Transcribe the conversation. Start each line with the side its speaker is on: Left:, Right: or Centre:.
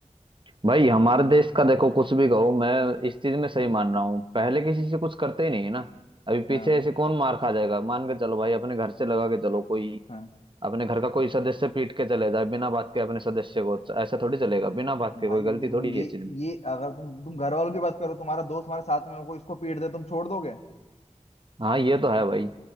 Right: भाई हमारे देश का देखो कुछ भी कहो मैं इस चीज में सही मान रहा हूँ पहले किसी से कुछ करते ही नहीं है ना अभी पीछे
Left: हाँ
Right: ऐसे कौन मार खा जाएगा मान के चलो भाई अपने घर से लगा के चलो कोई
Left: हाँ
Right: अपने घर का कोई सदस्य पीट के चले जाए बिना बात के अपने सदस्य को ऐसा थोड़ी चलेगा बिना बात के
Left: भाई
Right: कोई गलती
Left: वो
Right: थोड़ी
Left: ये
Right: है इस चीज में
Left: ये अगर तुम तुम घर वालों की बात करो तुम्हारा दोस्त तुम्हारे साथ में हो कोई उसको पीट दे तुम छोड़ दोगे
Right: हाँ ये तो है भाई